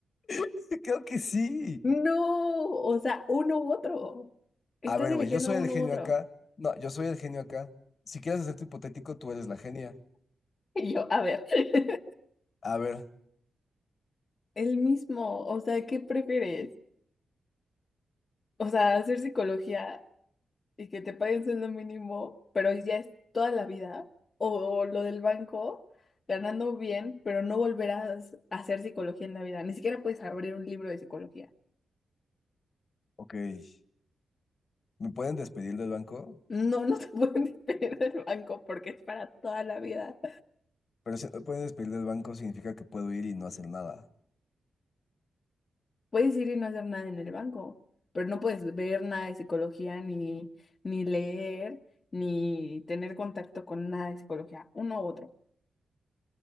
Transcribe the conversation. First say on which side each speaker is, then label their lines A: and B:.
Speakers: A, on the left; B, on the left.
A: <laughs> Creo que sí.
B: No, o sea, uno u otro. Estás
A: A ver,
B: eligiendo
A: güey, yo soy
B: uno
A: el genio
B: u otro.
A: acá.
B: <laughs>
A: No, yo soy el genio acá. Si quieres hacer tu hipotético, tú eres la genia.
B: Y yo, a ver, <laughs>
A: A ver,
B: el mismo, o sea, ¿qué prefieres? O sea, hacer psicología y que te paguen sueldo mínimo, pero ya es toda la vida, o lo del banco, ganando bien, pero no volverás a hacer psicología en la vida, ni siquiera puedes abrir un libro de psicología.
A: ok. ¿Me pueden despedir del banco?
B: No, no te <laughs> pueden despedir del banco porque es para toda la vida.
A: Pero si no me pueden despedir del banco significa que puedo ir y no hacer nada.
B: Puedes ir y no hacer nada en el banco, pero no puedes ver nada de psicología, ni, ni leer, ni tener contacto con nada de psicología, uno u otro.